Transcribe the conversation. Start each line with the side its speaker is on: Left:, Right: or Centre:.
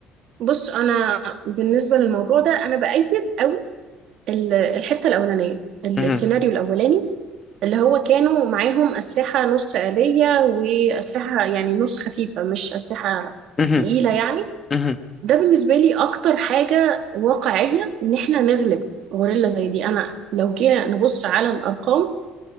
Right: بص انا بالنسبه للموضوع ده انا بايد قوي ال- الحته الاولانيه السيناريو
Left: مهم.
Right: الاولاني اللي هو كانوا معاهم أسلحة نص آلية وأسلحة يعني نص خفيفة مش أسلحة
Left: مهم.
Right: تقيلة يعني
Left: مهم.
Right: ده بالنسبة لي أكتر حاجة واقعية إن إحنا نغلب غوريلا زي دي أنا لو جينا نبص على الأرقام